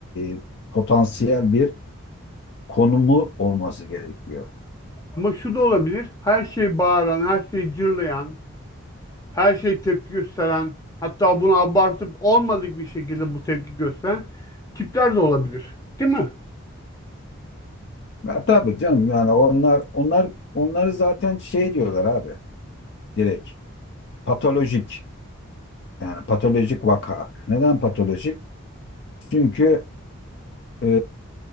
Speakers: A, on the left (about 50°); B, on the left (about 15°).
A: e, potansiyel bir konumu olması gerekiyor.
B: Ama şu da olabilir. Her şey bağıran, her şey cırlayan, her şey tepki gösteren, hatta bunu abartıp olmadık bir şekilde bu tepki gösteren tipler de olabilir. Değil mi?
A: Ya, tabii canım yani onlar onlar onları zaten şey diyorlar abi direkt patolojik. Yani patolojik vaka. Neden patolojik? Çünkü e,